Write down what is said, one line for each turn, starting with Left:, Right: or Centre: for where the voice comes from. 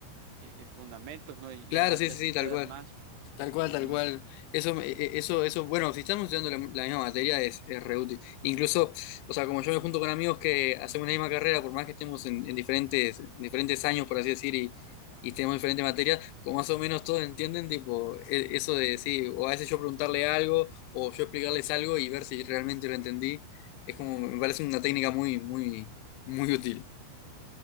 Right: eh, eh, fundamentos, ¿no? Y ya,
Left: Claro, sí,
Right: ya
Left: sí,
Right: se
Left: sí,
Right: te
Left: tal
Right: quedan
Left: cual.
Right: más.
Left: Tal cual,
Right: Ujú.
Left: tal cual. Eso, me- e- e, eso, eso, bueno, si estamos estudiando la, la misma materia es, es re útil. Incluso, o sea, como yo me junto con amigos que hacemos la misma carrera, por más que estemos en, en diferentes, en diferentes años, por así decir, y, y tenemos diferentes materias, como más o menos todos entienden, tipo, e- eso de, sí, o a veces yo preguntarle algo, o yo explicarles algo y ver si realmente lo entendí, es como, me parece una técnica muy, muy, muy útil.